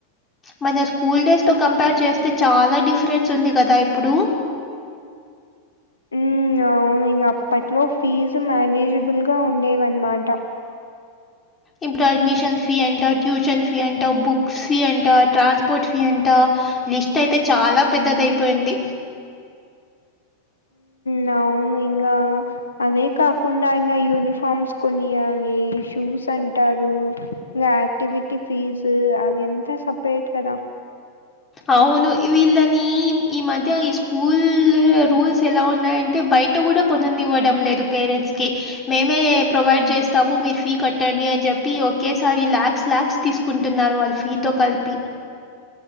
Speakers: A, on the left; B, on the left.
A: మన స్కూల్ డేస్‌తో కంపేర్ చేస్తే చాలా డిఫరెన్స్ ఉంది కదా ఇప్పుడు
B: ఉమ్మ్ అవును ఇంగ అప్పట్లో ఫీజు మేనేజిబుల్‌గా ఉండేవి అనమాట
A: ఇప్పుడు అడ్మిషన్ ఫీ అంట ట్యూషన్ ఫీ అంటా బుక్స్ ఫీ అంట ట్రాన్స్ పోర్ట్ ఫీ అంట లిస్ట్ అయితే చాలా పెద్దదైపోయింది
B: నవును ఇంగా అవే కాకుండా ఇంగా యూనిఫార్మ్స్ కొనియ్యాలి షూస్ అంటారు ఇంగ యాక్టివిటీ ఫీజు అవి అంతా సపరేట్ కదా
A: అవును వీళ్ళని ఈ మధ్య ఈ స్కూల్ రూల్స్ ఎలా ఉన్నాయంటే బయట కూడా కొననివ్వడం లేదు పేరెంట్స్‌కి మేమే ప్రొవైడ్ చేస్తాము మీరు ఫీ కట్టండి అని చెప్పి ఒకేసారి ల్యాక్స్ ల్యాక్స్ తీసు కుంటున్నారు వాళ్ళు ఫీ తో కలిపి